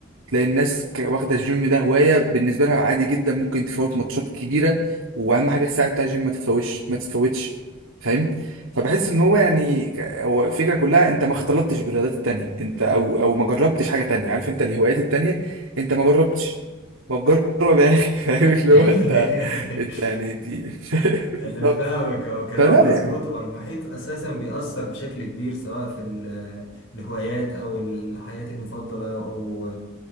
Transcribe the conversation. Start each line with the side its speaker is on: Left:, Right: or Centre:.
Right: تلاقي الناس ك- واخده الجيم ده هوايه بالنسبه لها عادي جدا ممكن تفوت ماتشات كبيره واهم حاجه الساعه بتاع الجيم ما تتفوتش ما تتفوتش فاهم فبحس ان هو يعني ك- هو الفكره كلها انت ما اختلطتش بالرياضات التانية انت او او ما جربتش حاجه تانية عارف انت الهوايات التانية انت ما جربتش ما تجرب يا اخي <laughs> فاهم اللي
Left: <laughs>
Right: هو انت انت يعني دي <laughs> بالظبط
Left: انا فاهمك هو كلامك
Right: فلا
Left: مظبوط
Right: يعني
Left: هو المحيط اساسا بيأثر بشكل كبير سواء في ال- الهوايات او الحياة المفضلة او